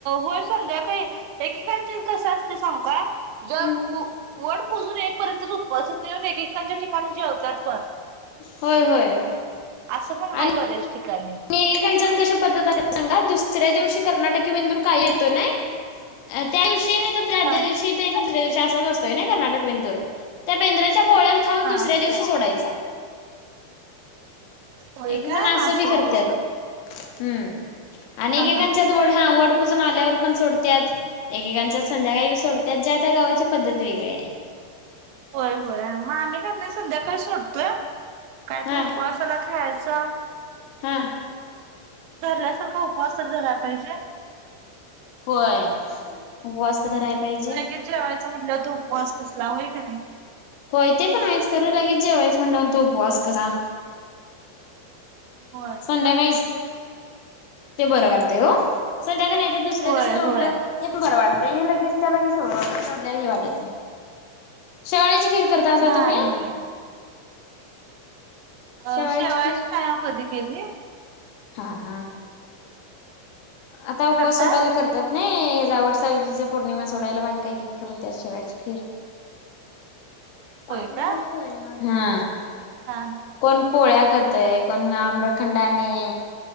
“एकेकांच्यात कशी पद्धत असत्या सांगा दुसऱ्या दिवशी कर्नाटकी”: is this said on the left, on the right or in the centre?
Left